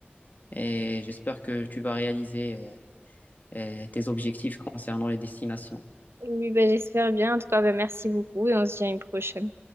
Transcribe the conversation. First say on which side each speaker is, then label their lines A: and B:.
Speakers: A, on the left; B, on the right.
A: Et j'espère que tu vas réaliser euh, euh, tes objectifs concernant les destinations.
B: Oui, bah, j'espère bien. En tout cas, bah, merci beaucoup et on se dit à une prochaine.